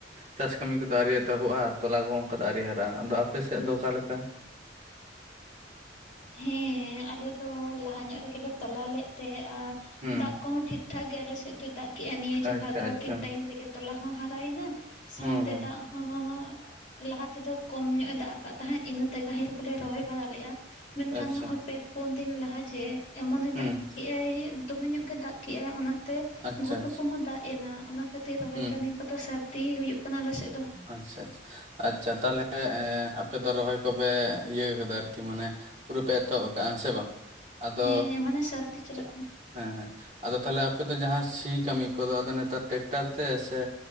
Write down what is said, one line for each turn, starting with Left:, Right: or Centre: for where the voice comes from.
Right: ᱪᱟᱥ ᱠᱟᱹᱢᱤ ᱠᱚᱫᱚ ᱟᱹᱣᱨᱤ ᱮᱛᱚᱵᱚᱜᱼᱟ ᱟᱨ ᱛᱚᱞᱟ ᱠᱚᱦᱚᱸ ᱚᱱᱠᱟ ᱫᱚ ᱟᱹᱣᱨᱤ ᱦᱟᱨᱟᱜᱼᱟ ᱟᱫᱚ ᱟᱯᱮ ᱥᱮᱫ ᱫᱚ ᱚᱠᱟᱞᱮᱠᱟ
Left: ᱦᱮᱸ ᱟᱞᱮ ᱫᱚ ᱞᱟᱦᱟ ᱧᱚᱜ ᱨᱮᱜᱮᱞᱮ ᱛᱚᱞᱟ ᱞᱮᱫ ᱛᱮ ᱟᱨ
Right: ᱦᱩᱸ
Left: ᱫᱟᱜ ᱠᱚᱦᱚᱸ ᱴᱷᱤᱠ ᱴᱷᱤᱠ ᱴᱷᱟᱠ ᱜᱮ ᱟᱞᱮᱥᱮᱫ ᱫᱚ ᱫᱟᱜ ᱠᱮᱜᱼᱟ ᱱᱤᱭᱟᱹ ᱡᱚᱠᱷᱟ
Right: ᱟᱪᱪᱷᱟ
Left: ᱫᱚ
Right: ᱟᱪᱪᱷᱟ
Left: ᱴᱷᱤᱠ ᱴᱟᱭᱤᱢ ᱨᱮᱜᱮ ᱛᱚᱞᱟ ᱦᱚᱸ ᱦᱟᱨᱟᱭᱮᱱᱟ ᱥᱟᱶᱛᱮ
Right: ᱦᱩᱸ ᱦᱩᱸ
Left: ᱫᱟᱜ ᱦᱚᱸ ᱞᱟᱦᱟ ᱛᱮᱫᱚ ᱠᱚᱢ ᱧᱚᱜ ᱮ ᱫᱟᱜ ᱟᱠᱟᱫ ᱛᱟᱦᱮᱸᱫ ᱤᱱᱟᱹᱛᱮ ᱨᱟᱹᱦᱤᱨ ᱠᱚᱞᱮ ᱨᱚᱦᱚᱭ ᱵᱟᱲᱟ ᱞᱮᱫᱼᱟ ᱢᱮᱱᱠᱷᱟᱱ
Right: ᱟᱪᱪᱷᱟ
Left: ᱱᱚᱜ-ᱚᱭ ᱯᱮ ᱯᱩᱱ ᱫᱤᱱ ᱞᱟᱦᱟ ᱡᱮ ᱮᱢᱚᱱᱮ
Right: ᱦᱩᱸ
Left: ᱫᱟᱜ ᱠᱮᱜᱼ ᱟᱭ ᱫᱚᱢᱮ ᱧᱚᱜ ᱜᱮ ᱫᱟᱜ ᱠᱮᱫ-ᱟᱭ ᱚᱱᱟᱛᱮ
Right: ᱟᱪᱪᱷᱟ
Left: ᱜᱷᱩᱴᱩ
Right: ᱟᱪᱪᱷᱟ
Left: ᱠᱚᱦᱚᱸ ᱫᱟᱜ ᱮᱱᱟ ᱚᱱᱟ ᱛᱮ ᱨᱚᱦᱚᱭ
Right: ᱦᱩᱸ
Left: ᱠᱟᱹᱢᱤ ᱠᱚᱫᱚ ᱥᱟᱹᱨᱫᱤ ᱦᱩᱭᱩᱜ ᱠᱟᱱᱟ ᱟᱞᱮ ᱥᱮᱫ ᱫᱚ
Right: ᱟᱪᱷᱟ ᱟᱪᱷᱟ ᱟᱪᱷᱟ ᱛᱟᱦᱚᱞᱮ ᱟᱯᱮᱫᱚ ᱨᱚᱦᱚᱭ ᱠᱚᱯᱮ ᱤᱭᱟᱹ ᱠᱟᱫᱟ ᱟᱨᱠᱤ ᱢᱟᱱᱮ ᱯᱩᱨᱟᱹ ᱯᱮ ᱮᱛᱚᱦᱚᱵ ᱟᱠᱟᱫ ᱦᱮᱸ ᱥᱮ ᱵᱟᱝ ᱟᱫᱚ
Left: ᱦᱮᱸ ᱦᱮᱸ ᱢᱟᱱᱮ ᱥᱟᱨᱛᱤ ᱪᱟᱞᱟᱜ
Right: ᱪᱮᱫ
Left: ᱠᱟᱱᱟ
Right: ᱦᱮᱸ ᱦᱮᱸ, ᱟᱫᱚ ᱛᱟᱦᱚᱞᱮ ᱟᱯᱮ ᱫᱚ ᱡᱟᱦᱟᱸ ᱥᱤ ᱠᱟᱹᱢᱤ ᱠᱚᱫᱚ ᱟᱫᱚ ᱱᱮᱛᱟᱨ ᱴᱮᱠᱴᱟᱨ ᱛᱮ ᱥᱮᱹᱹ